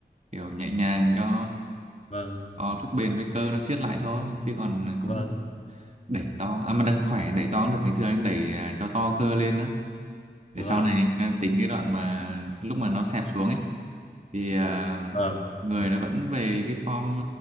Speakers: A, on the right; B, on the left.
A: kiểu nhẹ nhàng cho
B: vâng
A: có sức bền với cơ nó siết lại thôi chứ còn cũng
B: vâng
A: đẩy to à mà đang khỏe đẩy to cũng được ngày xưa anh đẩy à, cho to cơ lên nữa để
B: vâng
A: sau này anh à, tính cái đoạn mà lúc mà nó xẹp xuống ấy thì ờ,
B: ờ
A: người nó vẫn về cái form